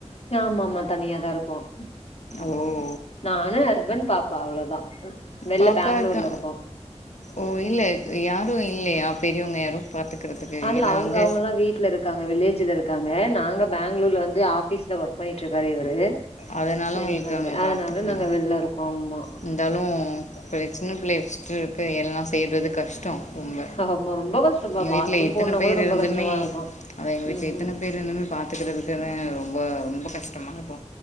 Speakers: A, on the left (about 55°); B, on the left (about 80°).
A: ஆமா ஆமா தனியாதா இருக்கோம்
B: ஒ
A: நானும் ஹஸ்பண்ட் பாப்பா அவ்ளவுதா வெள்ல
B: பாப்பா
A: பெங்களூர்ல
B: இருக்கா
A: இருக்கோ
B: ஓ இல்ல யாரும் இல்லயா பெரியவங்க யாரும் பாத்துக்கறதுக்கு
A: அல்ல
B: ஏன்னா
A: அவங்க
B: அங்க
A: அவங்கல்லா வீட்ல இருக்கு இருக்காங்க வில்லேஜ்ல இருக்காங்க நாங்க பெங்களூர்ல வந்து ஆபீஸ்ல ஒர்க் பண்ணிட்டு இருக்காரு இவரு
B: அதனால்
A: ஹெஸ்பண்ட்
B: உங்களுக்கு அங்கே
A: அதனால
B: பார்த்துக்கிறீங்க
A: நாங்க வெள்ல இருக்கோ ஆமா
B: இருந்தாலும் ப சின்ன பிள்ளை வச்சட்டு இருக்கு எல்லா செய்றது கஷ்டம் ரொம்ப
A: ஆமா ரொம்ப கஷ்டம்பா
B: எங்கள்
A: பாத்ரூம்
B: வீட்டில் இத்தனை
A: போகனுனா
B: பேர்
A: கூட ரொம்ப
B: இருந்துமே
A: கஷ்டமா இருக்கும்
B: அதான் எங்கள் வீட்டில்
A: ம்
B: இத்தனை
A: ம்
B: பேர் ரெண்டுமே பாத்துக்கறதுக்கு ரொம்ப ரொம்ப கஷ்டமா இருக்கு